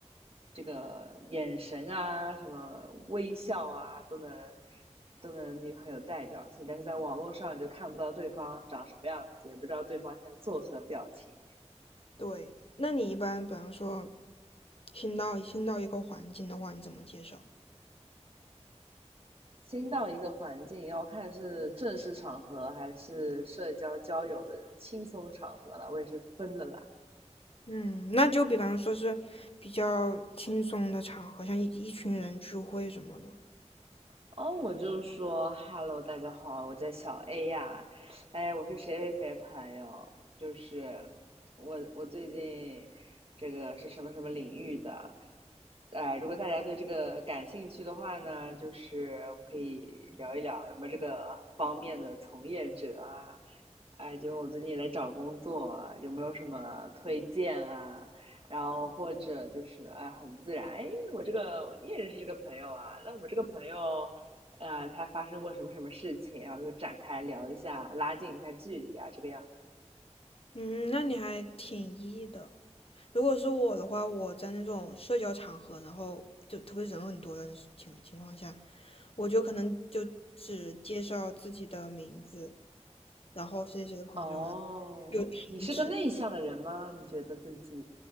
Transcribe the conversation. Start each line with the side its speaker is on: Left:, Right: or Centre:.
Right: 这个眼神啊，什么微笑啊，都能都能很有代表性。但是在网络上，你就看不到对方长什么样子，也不知道对方现在作何表情。
Left: 对，那你一般，比方说新到新到一个环境的话，你怎么介绍？
Right: 新到一个环境，要看是正式场合还是社交交友的那种轻松场合了。我也是分了啦。
Left: 嗯，那就比方说是比较轻松的场合，像一一群人聚会什么的。
Right: 哦，我就说 “Hello，大家好，我叫小 A 呀，哎，我是谁谁谁朋友，就是我，我最近这个是什么什么领域的，哎，如果大家对这个感兴趣的话呢，就是我们可以聊一聊有没有这个方面的从业者啊，哎，因为我最近也在找工作啊，有没有什么推荐啊？然后或者就是哎，很自然，哎，我这个你也认识这个朋友啊，那我这个朋友。呃，他发生过什么什么事情，然后就展开聊一下，拉近一下距离啊，这个样子。
Left: 嗯，那你还挺 E 的。如果是我的话，我在那种社交场合，然后就特别人很多的情情况下，我就可能就只介绍自己的名字，然后谁谁谁的朋友，
Right: 哦，
Left: 然后就停止，
Right: 你是个内向的人吗？你觉得自己？